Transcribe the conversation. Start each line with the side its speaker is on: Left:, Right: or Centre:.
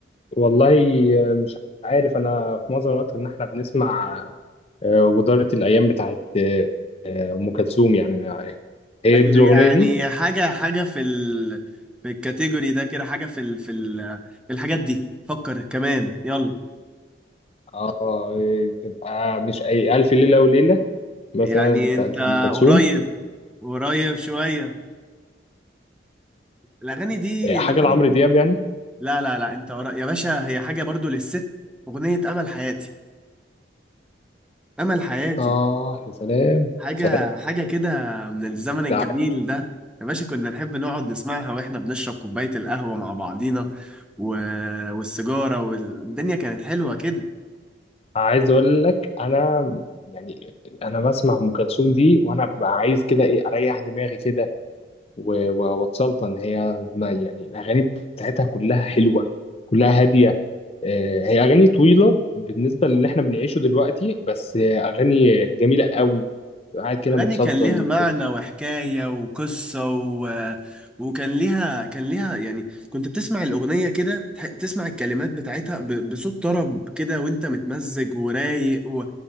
Left: والله مش عارف انا في معظم الوقت ان احنا بنسمع آه، ودارة الايام بتاعت آه، آه، ام كلثوم يعني هي
Centre: يعني
Left: دي الاغنيه
Centre: يعني
Left: دي
Centre: حاجة حاجة في ال في الكاتيجوري ده كده حاجة في ال في ال في الحاجات دي فكر كمان يلا
Left: اه تبقى مش اي الف ليله وليله مثلا
Centre: يعني
Left: بتاعت
Centre: أنت
Left: ام كلثوم
Centre: قريب قريب شوية الأغاني دي
Left: آه، حاجه
Centre: الأغاني
Left: لعمرو دياب
Centre: دي
Left: يعني
Centre: لا لا لا انت قرا يا باشا هي حاجه برضو للست اغنيه امل حياتي امل حياتي
Left: اه يا سلام
Centre: حاجه
Left: سلام
Centre: حاجه كده من الزمن الجميل
Left: ده
Centre: ده يا باشا كنا نحب نقعد نسمعها واحنا بنشرب كوبايه القهوه مع بعضينا و... والسيجاره والدنيا كانت حلوه كده
Left: عايز اقول لك انا يعني انا بسمع ام كلثوم دي وانا ببقى عايز كده ايه اريح دماغي كده و- و- واتسلطن هي ما يعني الاغاني بتاعتها كلها حلوه كلها هاديه آه، هي اغاني طويله بالنسبه للي احنا بنعيشه دلوقتي بس آه، اغاني جميله قوي تبقى قاعد كده
Centre: أغاني
Left: متسلطن
Centre: كان ليها
Left: وكده.
Centre: معنى وحكاية وقصة و... وكان ليها كان ليها يعني كنت بتسمع الأغنية كده تح- بتسمع الكلمات بتاعتها ب... بصوت طرب كده وأنت متمزج ورايق و...